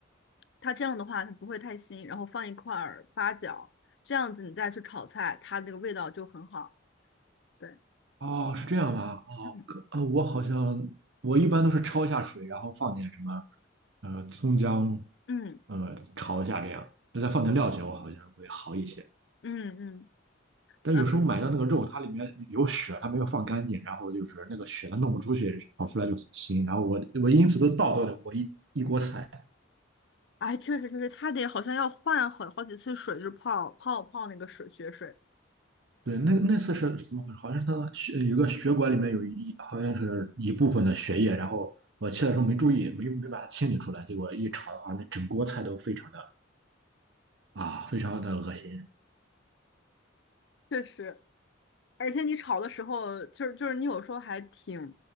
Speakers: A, on the left; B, on the right.
A: 它这样的话它不会太腥，然后放一块儿八角，这样子你再去炒菜，它那个味道就很好。对，
B: 哦，是这样吧？哦，
A: 嗯
B: 可呃，我好像我一般都是焯一下水，然后放点什么呃葱姜，
A: 嗯
B: 呃炒一下这样，再放点料酒，好像会好一些。
A: 嗯嗯，
B: 但有时候买到那个肉，
A: 呃，
B: 它里面有血，它没有放干净，然后就是那个血它弄不出去，炒出来就很腥。然后我我因此都倒掉了我一一锅菜。
A: 哎，确实确实，它得好像要换好好几次水，就是泡泡泡那个水血水，
B: 对，那那次是怎么回事？好像是他的血有个血管里面有一好像是一部分的血液，然后我切的时候没注意，没没把它清理出来，结果一炒的话，那整锅菜都非常的啊，非常的恶心。
A: 确实。而且你炒的时候，就是就是你有时候还挺